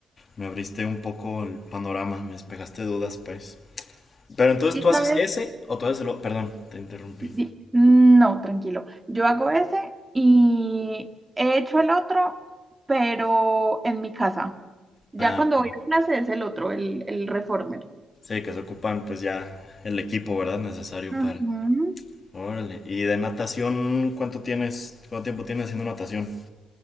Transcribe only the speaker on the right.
Y
sabes,
Di- No, tranquilo. Yo hago ese y he hecho el otro, pero en mi casa. Ya
cuando
voy a clase es el otro, el, el reformer.
Ujú.